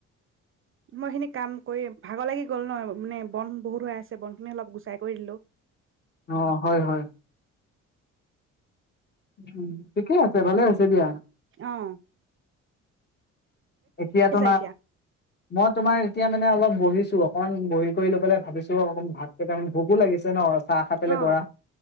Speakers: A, on the right; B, on the left.
A: মই খিনি কাম কৰি ভাগৰ লাগি গ'ল ন মানে, বন বহুত হৈ আছে বনখিনি অলপ গুচাই কৰি দিলো।
B: অঁ, হয় হয়। উম ঠিকে আছে ভালে হৈছে দিয়া।
A: অঁ।
B: এতিয়াতো
A: এতিয়া
B: মই তোমাৰ, এতিয়া মানে অলপ। বহিছো অকমান বহি কৰি লৈ পেলাই ভাবিছো, অঁ ভাত কেইটামান ভোকো লাগিছে ন। চাহ খাই পেলাই
A: অ
B: কৰা